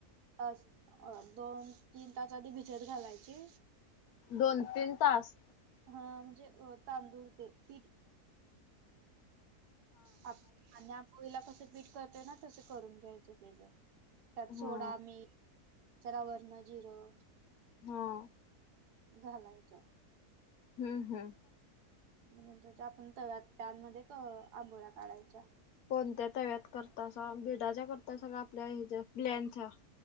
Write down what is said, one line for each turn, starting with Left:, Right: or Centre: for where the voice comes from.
Right: पाच दोन तीन तास आधी भिजत घालायचे.
Left: दोन तीन तास.
Right: हं म्हणजे अ तांदूळ ते पीठ. आणि आंबोळीला कसं पीठ करतोयना ना करून घ्यायचं डेजा त्यात
Left: हा
Right: सोडा, मीठ जरा वरण जिरं.
Left: हां.
Right: झालाय चहा.
Left: हुं हुं.
Right: पण नंतर त्या पण तव्यात पॅन मध्ये आंबोळ्या काढायच्या.
Left: कोणत्या तव्यात करतासा बिडाच्या करतासा का आपल्या ह्याच्या प्लॅनच्या?